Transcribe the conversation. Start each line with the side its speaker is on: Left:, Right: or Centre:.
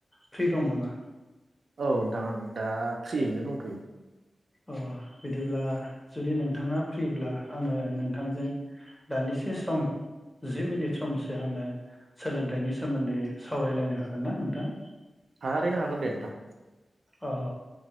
Centre: फ्रि दं नामा
Right: औ नोंथां आं दा फ्रियैनो दंथ'यो
Centre: अ बिदिब्ला जुदि नोंथाङा फ्रिब्ला आङो नोंथांजों दान्दिसे सम जि मिनिट समसो आङो सोलोंथाइनि सोमोन्दै सावरायलायनो हागोन ना नोंथां
Right: थारैनो हागोन दे नोंथां
Centre: अ